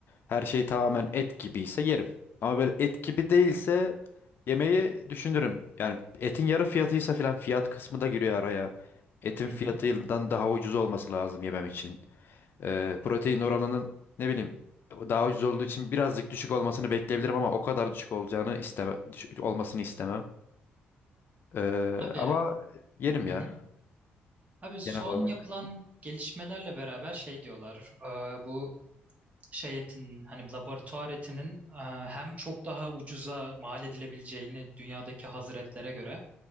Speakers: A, on the left (about 55°); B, on the right (about 35°).
A: her şey tamamen et gibiyse yerim. Ama böyle et gibi değilse yemeği düşünürüm. Yani etin yarı fiyatıysa filan fiyat kısmı da giriyor araya. Etin
B: Hı
A: fiyatından
B: hı.
A: daha ucuz olması lazım yemem için. Ee, protein oranının ne bileyim daha ucuz olduğu için birazcık düşük olmasını bekleyebilirim ama o kadar düşük olacağını isteme, düş- olmasını istemem. Ee,
B: Abi,
A: ama yerim
B: hı
A: ya
B: hı. Abi son
A: genel olarak.
B: yapılan gelişmelerle beraber şey diyorlar. e, Bu şey etinin hani laboratuvar etinin e, hem çok daha ucuza mal edilebileceğini dünyadaki hazır etlere göre